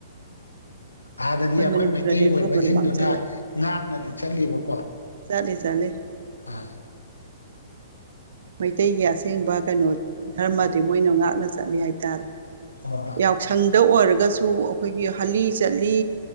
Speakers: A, on the left (about 80°); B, on the right (about 60°).
A: ꯑꯥꯗꯗꯤ ꯑꯩꯈꯣꯏ
B: ꯃꯅꯤꯄꯨꯔꯗꯗꯤ
A: ꯃꯩꯇꯩ
B: ꯑꯗꯨꯒꯨꯝꯕꯗꯣ
A: ꯑꯣꯏꯕꯁꯤꯡꯗꯨꯅ
B: ꯃꯥꯡꯁꯤꯜꯂꯦ
A: ꯉꯥꯛꯅꯗꯤ ꯆꯠꯂꯤꯕꯀꯣ
B: ꯆꯂꯦ ꯆꯂꯦ
A: ꯑꯥ
B: ꯃꯩꯇꯩꯒꯤ ꯑꯁꯦꯡꯕ ꯀꯩꯅꯣ ꯙꯔꯃꯗꯤ ꯃꯣꯏꯅ ꯉꯥꯛꯅ ꯆꯠꯂꯤ ꯍꯥꯏꯇꯥꯔꯦ
A: ꯍꯣꯏ ꯍꯣꯏ
B: ꯌꯥꯎꯁꯪꯗ ꯑꯣꯏꯔꯒꯁꯨ ꯑꯩꯈꯣꯏꯒꯤ ꯍꯂꯤ ꯆꯠꯂꯤ